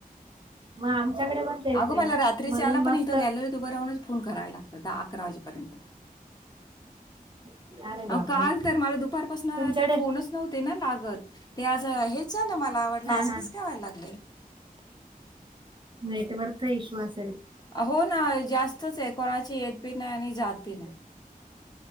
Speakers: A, on the right (about 30°); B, on the left (about 25°).
A: मग. आमच्याकडे पण तेच
B: अगं
A: आहे
B: मला रात्रीच्या
A: म्हणून
B: वेळेला
A: मस्त
B: पण इथं गॅलरीत उभं राहूनच फोन करावे लागतं, दहा-अकरा वाजेपर्यंत.
A: अरे बापरे
B: अ काल तर मला दुपार पाासून
A: तुमच्याकडे
B: ते फोनच नव्हते ना लागत, ते आज हेच झालं मला वाटल
A: हा
B: असं
A: हा
B: कसकाय व्हायला लागलंय.
A: नेटवर्क इश्यू असे.
B: हो ना जास्तच आहेत. कोणाची येत बी नाही, आणि जात बी नाही.